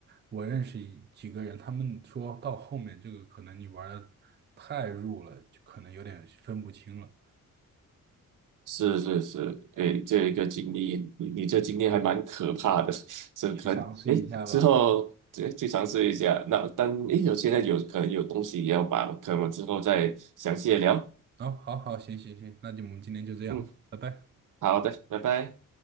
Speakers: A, on the right; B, on the right.
A: 我认识一几个人，他们说到后面这个可能你玩的太入了，就可能有点分不清了，
B: 是是是，诶，这一个经历，你你这经历还蛮可怕的，<laughs> 是可能诶之后诶去尝试一下。
A: 去尝试一下吧。
B: 那但诶有现在有可能有东西要把，可能我之后再详细的聊。
A: 哦，好好，行行行，那就我们今天就这样，
B: 嗯，
A: 拜拜。
B: 好的，拜拜。